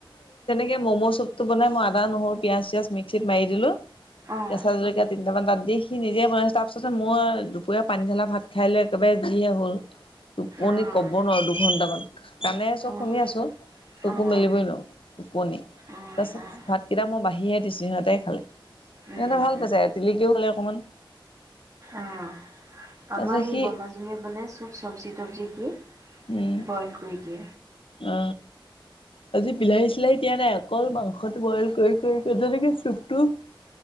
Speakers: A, on the left; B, on the right.
A: কে ম'ম' চুপটো বনাই মই আদা নহৰু পিয়ঁয়াজ চিয়াজ মিক্সিত মাৰি দিলো
B: অঁ
A: কেঁচা জলকীয়া তিনিটামান তাত দি সি নিজে বনাইছো তাৰপিছত মই দুপৰীয়া পানী ঢালা ভাত খাই লৈ একেবাৰে যিহে হ'ল। টোপনি
B: অঁ
A: কব নোৱাৰো দুঘন্টামান কণে চব
B: অঁ
A: শুনি আছো চকো
B: অঁ
A: মেলিবই নোৱাৰো টোপনি
B: অঁ
A: তাৰপিছত
B: অঁ
A: ভাতকেইটা মই বাঢ়িহে দিছো সিহঁতে খালে সিহঁতে
B: উম
A: ভাল
B: উম
A: পাইছে তিলিকিও খালে অকমান
B: অঁ
A: তাৰপিছত
B: আমাৰ এই
A: সি
B: বমাজীয়ে মানে চব চব্জি তবজি কি
A: উম
B: বইল কৰি দে
A: অ আজি বিলাহী চিলাহী দিয়া নাই অকল মাংসটো বইল কৰি কৰি কৰি যেনেকে চুপটো